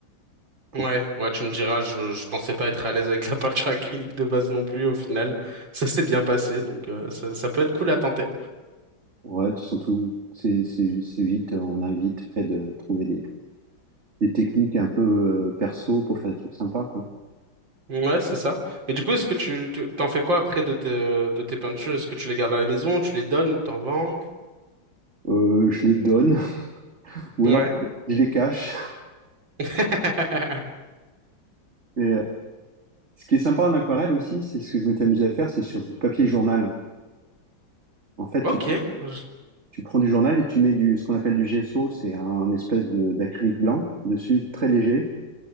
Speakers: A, on the right (about 35°); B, on the right (about 70°).
A: Pour,
B: Ouais, ouais, tu me diras, je, je pensais pas être à l'aise avec la <laughs> peinture acrylique de base non plus, au final, ça s'est bien passé, donc euh, ça, ça peut être cool à tenter.
A: ouais, tu sens tout, c'est c'est- c'est vite, euh, on a vite fait de trouver des, des techniques un peu euh, perso pour faire des trucs sympas, quoi.
B: Ouais, c'est ça. Et du coup, est-ce que tu, tu- t'en fais quoi après de tes, de tes peintures? Est-ce que tu les gardes à la maison, tu les donnes, t'en vends?
A: Euh, je les donne <laughs> ou
B: Ouais.
A: alors je les cache.
B: <laughs>
A: Et, euh, ce qui est sympa en aquarelle aussi, c'est ce que je m'étais amusé à faire, c'est sur du papier journal. En fait,
B: Ok,
A: tu,
B: je-
A: tu prends du journal et tu mets du, ce qu'on appelle du gesso, c'est un, espèce de- d'acrylique blanc dessus, très léger.